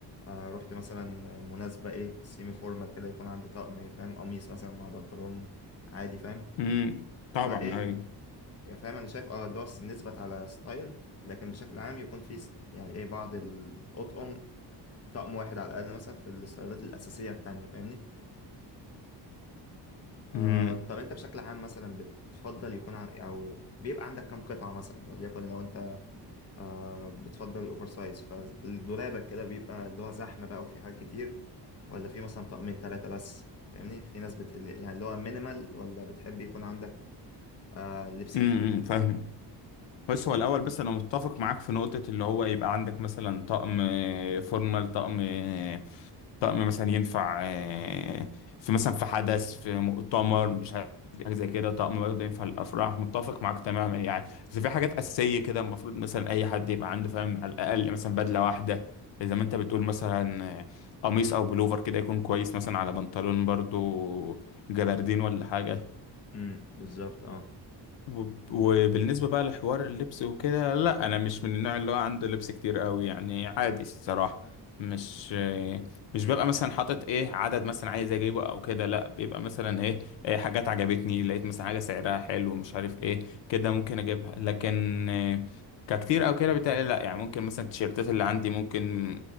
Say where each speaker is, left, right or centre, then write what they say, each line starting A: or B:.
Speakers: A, on the left (about 35°); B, on the left (about 85°).
A: آه رحت مثلا مناسبة ايه سيمي فورمال كده يكون عندي طقم فاهم قميص مثلا مع بنطلون عادي فاهم
B: امم طبعا
A: فايه
B: ايوه
A: يعني فاهم انا شايف اه اللي هو نثبت على ستايل لكن بشكل عام يكون في ست- يعني ايه بعض الاطقم طقم واحد على الاقل مثلا في الستايلات الاساسية التانية فاهمني آه
B: امم
A: طب انت بشكل عام مثلا بتفضل يكون ع- او بيبقى عندك كم قطعة مثلا وليكن لو انت آه بتفضل الاوفر سايز فدولابك كده بيبقى اللي هو زحمه بقى وفي حاجات كتير ولا في مثلا طقمين ثلاثه بس فاهمني في ناس بت... يعني اللي هو مينيمال ولا بتحب يكون عندك آه لبس
B: امم
A: كتير
B: فاهم بس هو الاول بس انا متفق معاك في نقطه اللي هو يبقى عندك مثلا طقم آه، فورمال طقم آه، طقم مثلا ينفع آه، في مثلا في حدث في مؤتمر مش عارف حاجه زي كده طقم برضه ينفع للافراح متفق معاك تماما يعني بس في حاجات اساسيه كده المفروض مثلا اي حد يبقى عنده فاهم على الاقل مثلا بدله واحده زي ما انت بتقول مثلا آه، قميص او بلوفر كده يكون كويس مثلا على بنطلون برضه جبردين ولا حاجه
A: امم بالظبط اه
B: وب- وبالنسبة بقى لحوار اللبس وكده لا أنا مش من النوع اللي هو عنده لبس كتير قوي يعني عادي الصراحة مش مش ببقى مثلا حاطط ايه عدد مثلا عايز اجيبه او كده لا بيبقى مثلا ايه, إيه حاجات عجبتني لقيت مثلا حاجة سعرها حلو مش عارف ايه كده ممكن اجيبها لكن إيه ككتير او كده بتهيألي لا يعني ممكن مثلا التيشيرتات اللي عندي ممكن